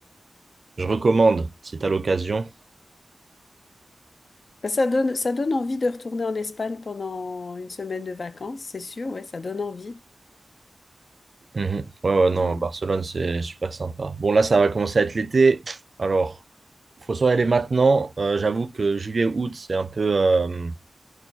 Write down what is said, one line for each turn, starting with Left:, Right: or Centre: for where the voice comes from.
Right: je recommande si t'as l'occasion.
Left: Ben, Ça donne, ça donne envie de retourner en Espagne pendant une semaine de vacances, c'est sûr, ouais, ça donne envie.
Right: Mhm. Ouais, ouais, non,
Left: Euh,
Right: Barcelone, c'est super sympa. Bon, là, ça va commencer à être l'été. Alors, faut soit aller maintenant. Euh, j'avoue que juillet, août, c'est un peu, euh,